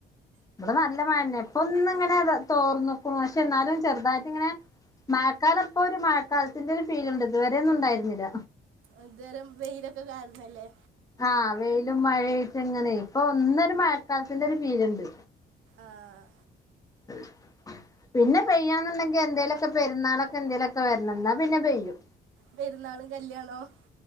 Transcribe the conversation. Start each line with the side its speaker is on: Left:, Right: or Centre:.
Left: ഇവിടെ നല്ല മഴന്നെ. ഇപ്പൊന്ന്ങ്ങനെ തോർന്ന്ക്കുണു പക്ഷെ ന്നാലും ചെറുതായിട്ടിങ്ങനെ മഴക്കാലപ്പൊ ഒരു മഴക്കാലത്തിന്റെ ഒരു ഫീല്ണ്ട് ഇതുവരെ ഒന്നും ഉണ്ടായി രുന്നില്ല
Right: ഇത് വരം വെയിലൊക്കെ കാണിച്ചല്ലേ
Left: ആഹ് വെയിലും മഴായ്ട്ടങ്ങനെ ഇപ്പൊ ഒന്നൊരു മഴക്കാലത്തിന്റെ ഒരു ഫീല്ണ്ട്
Right: ആഹ്
Left: ഉം പിന്നെ പെയ്യണന്നുണ്ടെങ്കിൽ എന്തേലൊക്കെ പെരുന്നാളൊക്കെന്തേലൊക്കെ വരണം ന്നാ പിന്നെ പെയ്യും
Right: പെരുന്നാളും കല്യാണവും